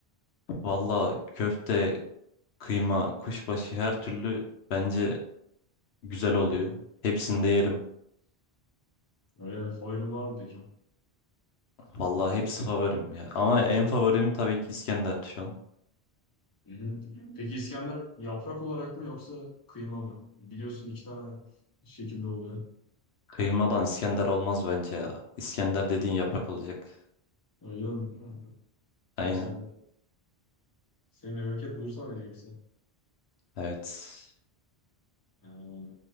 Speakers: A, on the left; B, on the left.
A: Valla köfte, kıyma, kuşbaşı her türlü bence güzel oluyor. Hepsini de yerim.
B: Öyle favorin var mı peki?
A: Valla hepsi favorim ya. Ama en favorim tabii ki İskender şu an.
B: Hı hı. Peki İskender yaprak olarak mı yoksa kıyma mı? Biliyorsun iki tane şekilde oluyor.
A: Kıymadan İskender olmaz bence ya. İskender dediğin yaprak olacak.
B: Öyle mi? Tabii
A: Aynen.
B: sen, senin memleket Bursa mı yoksa?
A: Evet.
B: Yani,